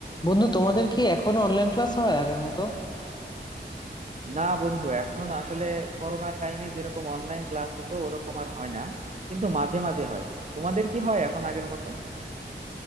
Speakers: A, on the left (about 25°); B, on the right (about 40°).
A: বন্ধু তোমাদের কি এখনো অনলাইন ক্লাস হয় আগের মতো
B: না বন্ধু এখন আসলে করোনার টাইমে যেরকম অনলাইন ক্লাস হতো ওরকম আর হয় না কিন্তু মাঝে মাঝে হয় তোমাদের কি হয় এখন আগের মতো